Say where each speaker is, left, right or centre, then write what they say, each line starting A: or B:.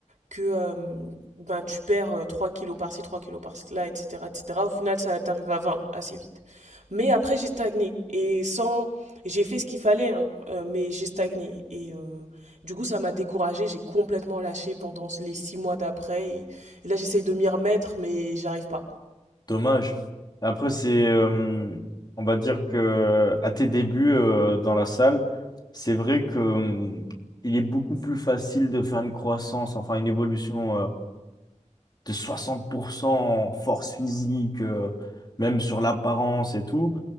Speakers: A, on the right; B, on the left.
A: que euh, ben, tu perds euh, 3 kilos par-ci, 3 kilos par-là, etc., etc. Au final, ça t'arrive à 20 assez vite. Mais après, j'ai stagné. Et sans. J'ai fait ce qu'il fallait, hein, euh, mais j'ai stagné. Et euh, du coup, ça m'a découragée. J'ai complètement lâché pendant les 6 mois d'après. Et, et là, j'essaye de m'y remettre, mais j'arrive pas.
B: dommage. Après, c'est, euh, on va dire que à tes débuts euh, dans la salle, c'est vrai que euh, il est beaucoup plus facile de faire une croissance, enfin une évolution euh, de 60% en force physique, euh, même sur l'apparence et tout,